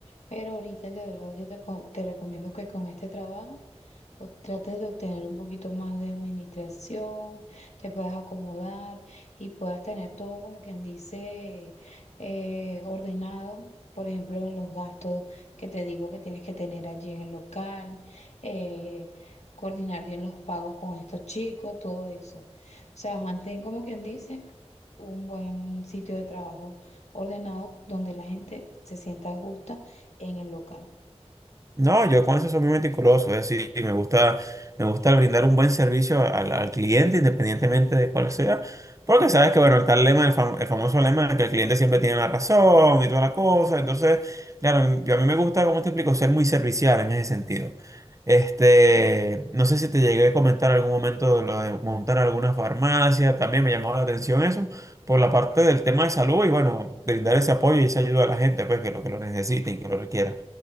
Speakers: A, on the left; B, on the right.
A: Pero ahorita de verdad yo te, co- te recomiendo que con este trabajo o trates de obtener un poquito más de administración, te puedas acomodar y puedas tener todo como quien dice eh, ordenado. Por ejemplo, en los gastos que te digo que tienes que tener allí en el local, eh, coordinar bien los pagos con estos chicos, todo eso. O sea, mantén como quien dice un buen sitio de trabajo ordenado donde la gente se sienta justa en el local.
B: No, yo con eso soy muy meticuloso, es decir, me gusta, me gusta brindar un buen servicio al, al cliente, independientemente de cuál sea, porque sabes que, bueno, está el lema, el, fam- el famoso lema de que el cliente siempre tiene la razón y toda la cosa, entonces, claro, yo a mí me gusta, como te explico, ser muy servicial en ese sentido. Este, no sé si te llegué a comentar en algún momento de lo de montar alguna farmacia, también me llamó la atención eso, por la parte del tema de salud y, bueno, brindar ese apoyo y esa ayuda a la gente, pues, que lo que lo necesiten, que lo requieran.